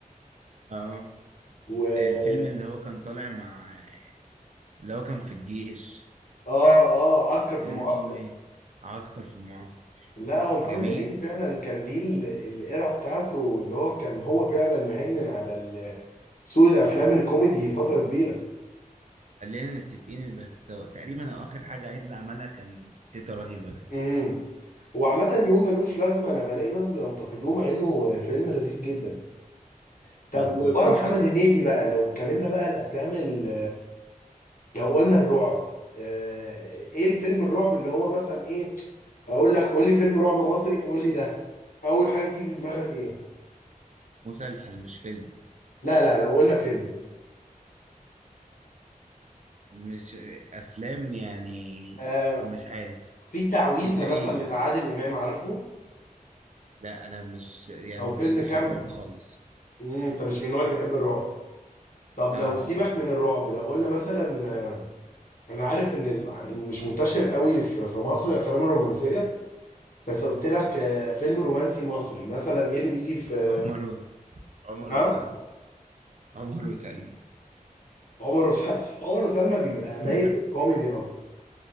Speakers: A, on the right; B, on the left.
A: اه
B: و
A: الفيلم اللي هو كان طالع مع اللي هو كان في الجيش
B: اه اه عسكر في
A: كان
B: المعسكر
A: اسمه ايه عسكر في المعسكر
B: لا هو محمد
A: جميل
B: هنيدي فعلا كان ليه ال- الايرا بتاعته اللي هو كان هو فعلا مهيمن على ال- سوق الافلام الكوميدي فتره كبيره
A: خلينا متفقين بس هو تقريبا هو اخر حاجه عادل عملها كان تيتا رهيبه ده
B: امم وعامة يوم ملوش لازمة أنا بلاقي ناس بينتقدوه مع إنه فيلم لذيذ جدا طب
A: ما ما
B: وبره
A: شفتوش
B: محمد
A: اصلا
B: هنيدي بقى لو اتكلمنا بقى الأفلام ال- لو قلنا الرعب آه، إيه الفيلم الرعب اللي هو مثلا إيه أقول لك قول لي فيلم رعب مصري تقول لي ده أول حاجة بتيجي في دماغك إيه
A: مسلسل مش فيلم
B: لا لا لو قلنا فيلم
A: مش افلام يعني
B: آه،
A: مش عارف
B: في تعويذه
A: انت ايه
B: مثلا بتاع عادل امام عارفه
A: لا انا مش يعني
B: او
A: ما
B: فيلم
A: بحبش
B: كامب
A: الرعب خالص
B: مم، انت مش من النوع اللي بيحب الرعب طب
A: اه
B: لو سيبك من الرعب لو قلنا مثلا آه، انا عارف ان ال- مش منتشر قوي في في مصر الافلام الرومانسيه بس قلت لك آه، فيلم رومانسي مصري مثلا ايه اللي بيجي في
A: عمر و- عمر
B: نعم
A: وسلمى عمر وسلمى
B: عمر وسلمى <laughs> عمر وسلمى بيبقى مايل
A: <laughs>
B: للكوميدي اكتر